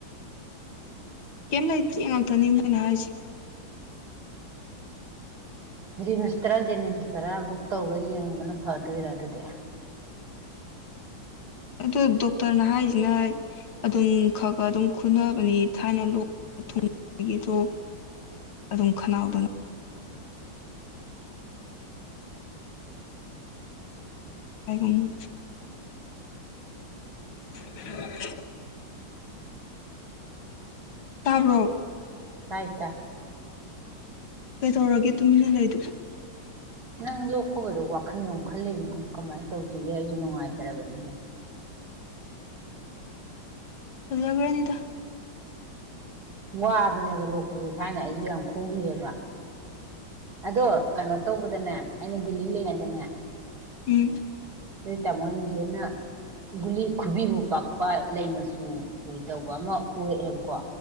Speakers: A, on the left; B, on the right.
A: ꯀꯦꯝ ꯂꯩꯥꯛ ꯊꯅꯤ ꯃꯅ ꯍꯥꯏ
B: ꯍꯔꯤ ꯃꯁ ꯇꯔꯥ ꯖꯦꯅꯤꯝꯁ ꯇꯔꯥꯃꯨꯛ ꯇꯧꯔꯒ ꯌꯦꯡꯕꯅ ꯐꯦ ꯑꯗꯨꯏꯔꯣ ꯑꯗꯨꯗ
A: ꯑꯗꯨ ꯗꯣꯛꯇꯔꯅ ꯍꯥꯏꯁꯤꯅ ꯑꯗꯨꯝ ꯈꯔ ꯈꯔ ꯑꯗꯨꯝ ꯈꯨꯟꯅꯅꯕꯅꯤ ꯊꯥꯏꯅ ꯂꯣꯛ ꯊꯨꯡꯕꯒꯤꯗꯣ ꯑꯗꯨꯝ ꯈꯅꯥꯎꯗꯅ ꯍꯥꯏꯥꯏꯕꯣ ꯃ <unintelligible> ꯇꯔꯣꯛ
B: ꯑꯥꯏ ꯇ
A: ꯀꯩꯗꯧꯔꯒꯦ ꯇꯨꯃꯤꯟꯅ ꯂꯩꯗꯨ
B: ꯅꯪ ꯂꯣꯛꯈꯕꯗꯣ ꯋꯥꯈꯜꯗ ꯈꯜ ꯂꯩꯕꯅꯦ ꯀꯃꯥꯏꯅ ꯇꯧꯁꯤꯒꯦ ꯑꯩꯁꯨ ꯅꯨꯡꯉꯥꯏꯇ꯭ꯔꯕꯅꯤꯅ
A: ꯖꯒꯔꯅꯤꯗ
B: ꯃꯥꯕꯅꯦꯗ ꯈꯕꯤ ꯊꯥꯏꯅ ꯑꯩꯁꯨ ꯌꯥꯝ ꯈꯨꯈꯤꯑꯕ ꯑꯗꯣ ꯀꯩꯅꯣ ꯇꯧꯕꯗ ꯑꯗꯨꯩꯅꯅꯦ ꯑꯩꯅ ꯗꯤꯜꯂꯤ ꯂꯩꯉꯗꯅꯦ
A: ꯎꯝ
B: ꯂꯩ ꯇꯥꯃꯣꯅꯤꯖꯦꯅ ꯒꯨꯂꯤ ꯈꯨꯕꯤꯕꯨ ꯄꯥꯛꯄ ꯂꯩ ꯃꯆꯨ ꯑꯣꯏ ꯇꯧꯕ ꯑꯃ ꯄꯨꯔꯛꯑꯦꯕꯀꯣ